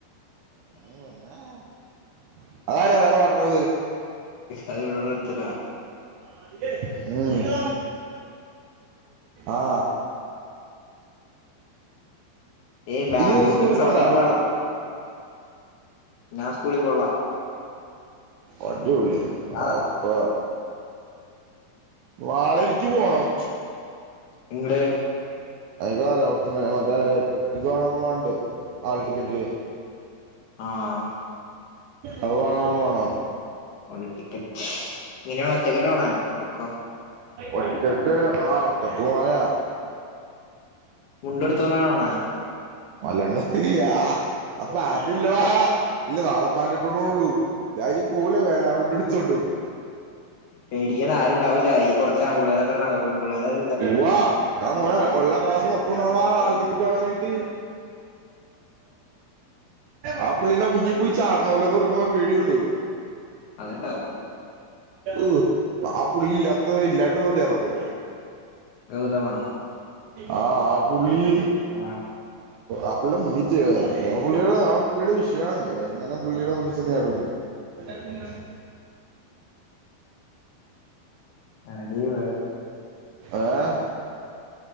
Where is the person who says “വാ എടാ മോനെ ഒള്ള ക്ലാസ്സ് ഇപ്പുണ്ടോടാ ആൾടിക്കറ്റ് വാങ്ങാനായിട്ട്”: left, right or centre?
Right